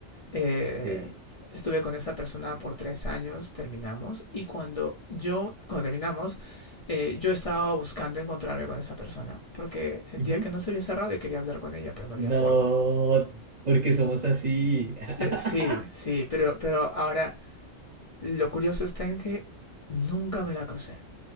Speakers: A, on the left; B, on the right.
A: eh,
B: Sí.
A: estuve con esa persona por tres años, terminamos, y cuando yo, cuando terminamos, eh, yo estaba buscando encontrarme con esa persona, porque sentía
B: Ujú.
A: que no se había cerrado y quería hablar con ella, pero no
B: No,
A: había forma.
B: porque somos así. <laughs>
A: Eh, sí, sí, pero, pero ahora lo curioso está en que nunca me la crucé.